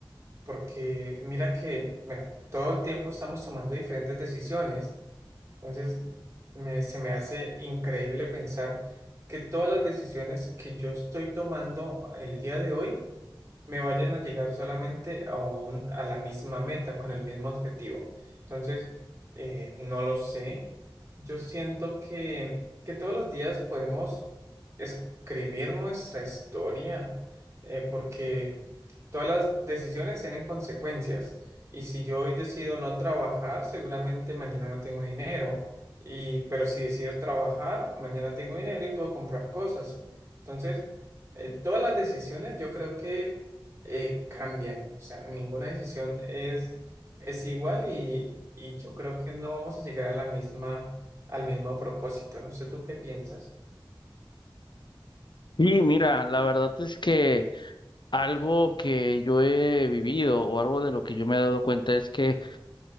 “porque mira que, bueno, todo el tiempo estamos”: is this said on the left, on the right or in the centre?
Right